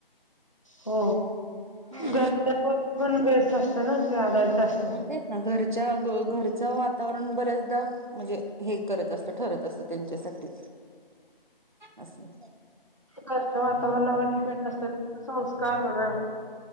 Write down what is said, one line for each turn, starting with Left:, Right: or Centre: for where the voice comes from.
Left: हो
Right: ना
Left: घर पणे ते आधारितत.
Right: म्हण तेच ना घरच्या घरचं वातावरण बऱ्याचदा म्हणजे हे करत असतं ठरत. तस त्यांच्यासाठी असं.
Left: घरच्या वातावरणावर डिपेंड असत संस्कार म्हणा.